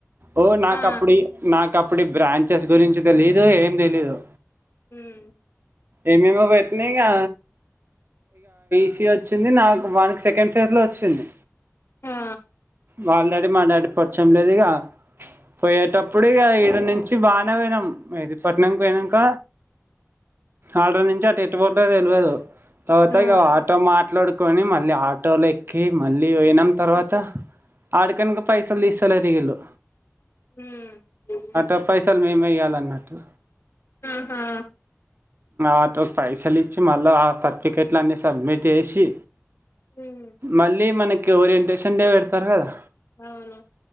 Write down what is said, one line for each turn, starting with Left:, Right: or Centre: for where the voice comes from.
Right: ఓ నాకుప్పుడు
Left: ఆ
Right: నాకప్పుడు బ్రాంచెస్ గురించి తెలీదు ఏం తెలీదు
Left: ఉమ్
Right: ఏమేమో బెట్నేంగా వచ్చింది నాకు వానికి సెకండ్ ఫేజ్ లో వచ్చింది
Left: ఆ
Right: వాళ్ళ దగ మా డాడి పరిచయం లేదు ఇగ పోయేటప్పుడు ఇక ఇడ నుంచి వచ్చి బాగానే పోయినాం ఇది మెహదిపట్ణంనికి పోయినమ్క ఆడ్ర నుంచి అటు ఎట్టు పోతదో తెలువదు తర్వాత
Left: ఆ
Right: ఆటో మాట్లాడుకొని మళ్ళీ ఆటోలో ఎక్కి మళ్ళీ పోయినం తర్వాత ఆడికి పోయినంక పైసలు తీస్తలేరు ఇగ వీళ్ళు
Left: ఉమ్
Right: ఆ పైసలు మేముయ్యాలన్నట్టు
Left: ఆహా
Right: ఆటోకి పైసలు ఇచ్చి మళ్ళా ఆ సర్టిఫికెట్లు అన్నీ సబ్మిట్ చేసి
Left: ఉమ్
Right: మళ్ళీ మనకి ఓరియంటేషన్ డే పెడతారు కదా
Left: అవును